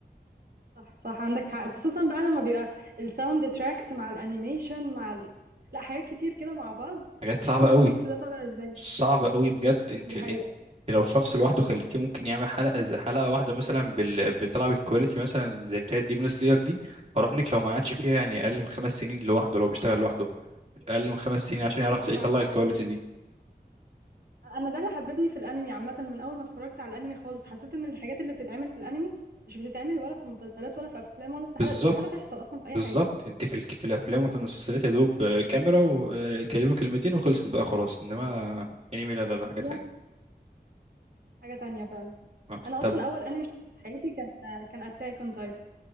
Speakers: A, on the right (about 60°); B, on the right (about 35°).
A: صح صح عندك حق خصوصا بقى لما بيبقى الساوند تراكس مع الانيميشن مع ال... لا حاجات كتير كده مع بعض
B: حاجات
A: تحس
B: صعبة
A: ان
B: قوي
A: هو الميكس ده طالع ازاي
B: صعبة قوي بجد
A: صح
B: انت
A: دي حقيقة
B: انت لو شخص لوحده خليتيه ممكن يعمل حلقة زي حلقة واحدة مثلا بال... بتلعب الكواليتي مثلا زي بتاعة ديمون سلاير دي اراهنك لو ما قعدش فيها يعني اقل من خمس سنين لوحده لو بيشتغل لوحده اقل من خمس سنين عشان
A: صح
B: يعرف
A: صح
B: يطلع
A: عندك
B: الكواليتي
A: حق
B: دي
A: انا ده اللي حببني في الانمي عامة من اول ما اتفرجت على الانمي خالص حسيت ان الحاجات اللي بتتعمل في الانمي مش بتتعمل ولا في مسلسلات ولا في افلام ولا استحالة
B: بالظبط
A: استحالة تحصل اصلا في اي
B: بالظبط
A: حاجة
B: انت في الك... في الافلام وفي المسلسلات يا دوب آه، كاميرا وكلمة كلمتين وخلصت بقى خلاص انما انمي لا لا لا
A: بالظبط
B: حاجة تانية
A: حاجة تانية فعلا
B: آه.
A: انا
B: طب
A: اصلا اول انمي شفته في حياتي كان كان اتاك اون تايتن